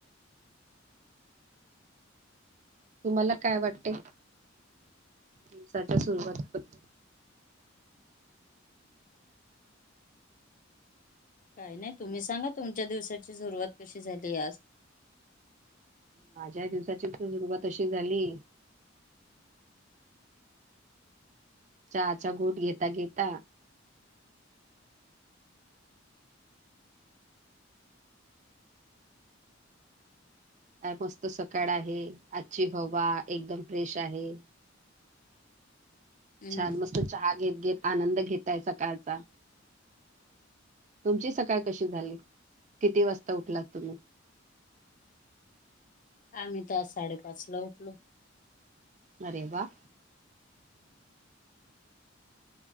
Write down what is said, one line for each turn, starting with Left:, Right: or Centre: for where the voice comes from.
Right: तुम्हाला काय वाटते? दिवसाच्या सुरवात बद्द
Left: काही नाही, तुम्ही सांगा तुमच्या दिवसाची सुरुवात कशी झाली आज
Right: माझ्या दिवसाची सुरुवात अशी झाली चहाचा घोट घेता-घेता काय मस्त सकाळ आहे, आजची हवा एकदम फ्रेश आहे.
Left: हम्म
Right: छान मस्त चहा घेत-घेत, आनंद घेतय सकाळचा. तुमची सकाळ कशी झाली, किती वाजता उठलात तुम्ही?
Left: आम्ही तर आज साडे-पाच ला उठलो.
Right: अरे वा!